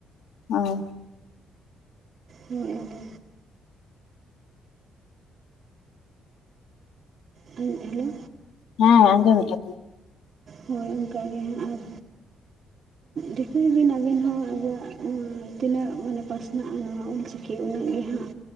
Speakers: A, on the left; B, on the right.
A: ᱟ
B: ᱦᱮᱸ ᱟᱫᱚ ᱛᱩᱸᱜ ᱟᱹᱞᱤᱧ
A: ᱦᱮᱸ ᱟᱸᱡᱚᱢᱮᱜᱼᱟ ᱠᱟᱹᱫᱟᱹᱧ
B: ᱦᱳᱭ ᱚᱱᱠᱟᱜᱮ ᱦᱟᱸᱜ ᱟᱨ ᱫᱤᱠᱟᱹᱭ ᱵᱤᱱ ᱟᱹᱵᱤᱱ ᱦᱚᱸ ᱟᱵᱚᱣᱟᱜ ᱱᱚᱣᱟ ᱛᱤᱱᱟᱹᱜ ᱢᱟᱱᱮ ᱯᱟᱥᱱᱟᱜᱼᱟ ᱱᱚᱣᱟ ᱚᱞ ᱪᱤᱠᱤ ᱩᱱᱟᱹᱜ ᱜᱮ ᱦᱟᱸᱜ